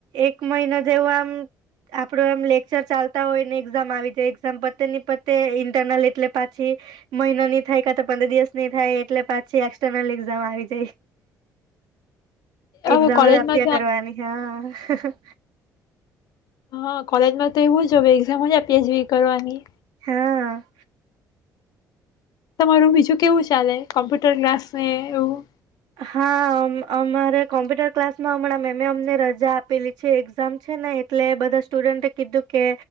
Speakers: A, on the right; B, on the left.
A: એક મહિના જેવો આમ આપડો આમ લેક્ચર ચાલતા હોય ને એક્ઝામ આવી જાય એક્ષામ પતે ની પતે ઇન્ટરનલ એટલે પાછી મહિનાની થાય કાતો પંદર દિવસ ની થાય એટલે પાછી એક્સર્નલ એામ આવી જાય. એક્ષામ
B: હવે કોલેજમાં
A: જ આપ્યા
B: તો
A: કરવાની હા.
B: હા કોલેજમાં તો એવું જ એઝામ જ પીએચવી કરવાની.
A: હા.
B: તમારું બીજું કેવું ચાલે કોમ્પ્યુટર ક્લાસ ને એવું.
A: હા અ અમારે કોમ્પ્યુટર ક્લાસમાં હમણાં મેમે અમને રજા આપેલી છે એક્ઝામ છે ને એટલે બધા સ્ટુડન્ટે કીધું કે